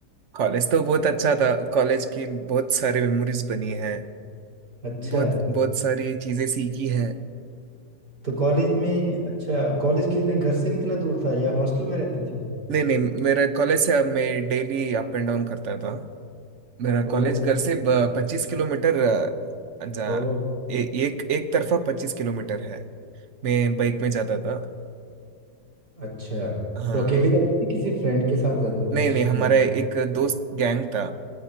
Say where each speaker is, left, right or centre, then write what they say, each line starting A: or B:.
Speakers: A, on the right; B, on the right.
A: कॉलेज तो बहुत अच्छा था कॉलेज की बहुत सारी मेमोरीज बनी है
B: अच्छा
A: बहुत बहुत सारी चीजें सीखी है
B: तो कॉलेज में अच्छा कॉलेज कितने घर से कितना दूर था या हॉस्टल में रहते थे
A: नहीं नहीं मेरा कॉलेज से अब मैं डेली अप एंड डाउन करता था मेरा कॉलेज
B: ओह अच्छा,
A: घर से पच्चीस किलोमीटर अ, जा
B: ओह
A: ए, एक एक तरफा पच्चीस किलोमीटर है मैं बाइक में जाता था
B: अच्छा
A: हाँ
B: तो अकेले जाते थे किसी फ्रेंड के साथ जाते थे
A: नहीं नहीं हमारा
B: बाइक
A: एक दोस्त गैंग था